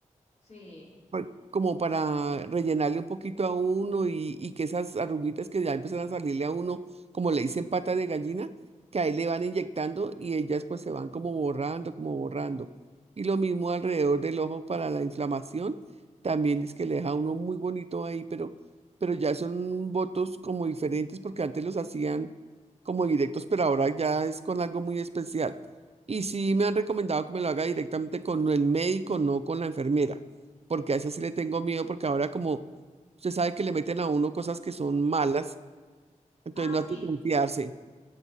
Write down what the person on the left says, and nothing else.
Sí.
Ah,
sí,